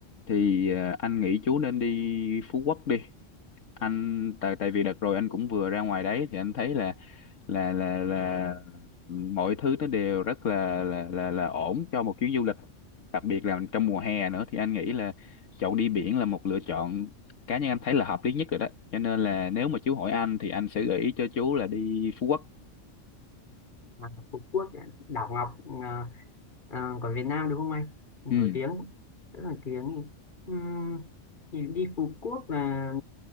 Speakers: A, on the left; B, on the left.
A: thì ờ, anh nghĩ chú nên đi Phú Quốc đi. Anh tại tại vì đợt rồi anh cũng vừa ra ngoài đấy thì anh thấy là là là là mọi thứ nó đều rất là là là là ổn cho một chuyến du lịch. Đặc biệt là trong mùa hè nữa thì anh nghĩ là chọn đi biển là một lựa chọn cá nhân anh thấy là hợp lý nhất rồi đó. Cho nên là nếu mà chú hỏi anh thì anh sẽ gợi ý cho chú là đi Phú Quốc.
B: à, Phú Quốc đảo Ngọc à, à, của Việt Nam đúng không anh nổi
A: Ừ.
B: tiếng rất nổi tiếng Ừm, thì đi Phú Quốc là